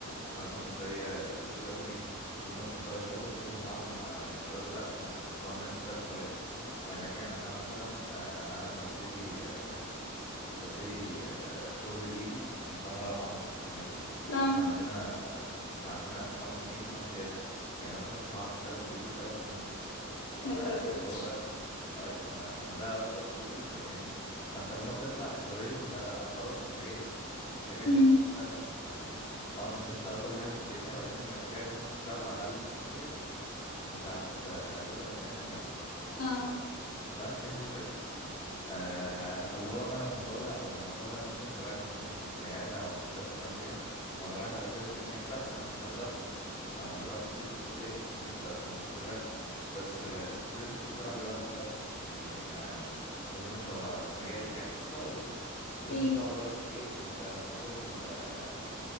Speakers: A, on the left; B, on the left.
A: احنا مثلا مش زي طب بشري اللي هم بيبدأوا يشتغلوا بايديهم بعد ما يتخرجوا لا احنا النظام عندنا مختلف شوية فاهماني يعني انا مثلا آه انا ببتدي آه ببتدي آه شغلي بايدي من سنة رابعة مثلا فاهماني
B: اه
A: احنا عندنا احنا عندنا خمس سنين وسنة امتياز يعني مثلا بعد اشتغل بايدي ثلاث سنين فاللي
B: يا نهار ابيض
A: هو ده ايوه ما, ما ده يعتبر تدريب فاهماني فانت لما بتطلع انت اوريدي بتبقى خلاص انت جاهز انت جاهز
B: مم.
A: انك تشتغل فاهماني طبعا مش هتشتغل كل حاجه في الدنيا ولكن انك جاهز انك تشتغل على الاقل الاساسيات بتاعه آه، طب الاسنان فاهماني
B: اه
A: بس يعني دي الفكرة آه فاللي هو انا لما طالع لما بطالع مثلا رايح مثلا العياده او المستشفى او ايا كان فانا رايح على اساس اني اشتغل انا مش جاي اتدرب انا اتدربت كتير في الكليه فاهمني انت انت المفروض شغلني بس آه الترند اللي طلع دلوقتي بقى يعني آه ما اظنش هو في مجالك يعني بس هقول لك الترند
B: ايه
A: اللي طلع دلوقتي ايه انت لما تروح ال آه،